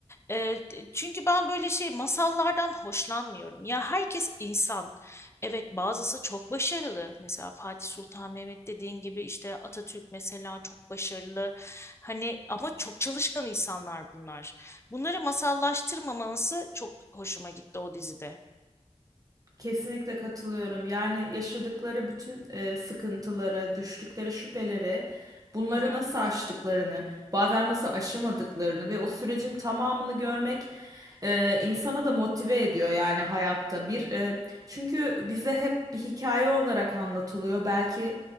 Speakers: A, on the left (about 20°); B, on the right (about 30°).
A: E, çünkü ben böyle şey masallardan hoşlanmıyorum. Ya herkes insan. Evet bazısı çok başarılı. Mesela Fatih Sultan Mehmet dediğin gibi işte Atatürk mesela çok başarılı. Hani ama çok çalışkan insanlar bunlar. Bunları masallaştırmaması çok hoşuma gitti o dizide.
B: Kesinlikle katılıyorum. Yani yaşadıkları bütün e, sıkıntıları, düştükleri şüpheleri, bunları
A: Hı hı.
B: nasıl aştıklarını, bazen nasıl aşamadıklarını ve o sürecin tamamını görmek e, insana da motive ediyor yani hayatta. Bir e, çünkü bize hep bir hikaye olarak anlatılıyor. Belki